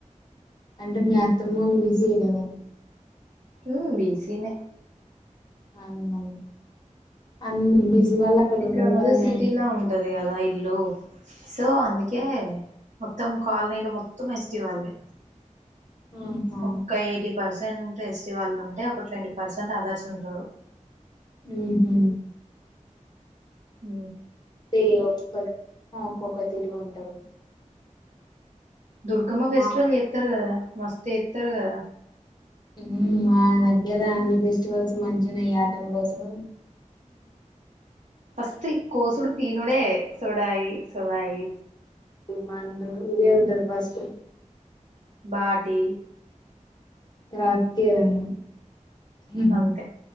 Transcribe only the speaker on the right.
ఉ బీసీిన
ఇక్కడ
మది
సిటీలో ఉంటది కదా ఇల్లు సో అందుకే మొత్తం కాలనీలు మొత్తం ఎస్ట్ వాళ్ళే
ఒక్క ఐటి ప ెంట్ ఎస్టీ వాళ్ళు ఉంటే ఒక ట్వంటీ పర్సెంట్ అదర్స్ ఉంటారు
ఊ
దుర్గమ్మ ఫెస్టివల్
చెస్తారు కదా మస్త ఎత్తరు కద
ఫస్ట్ ఈ కోసుడు తీనుడే సుడయి సొడయి
బాటి
అంతే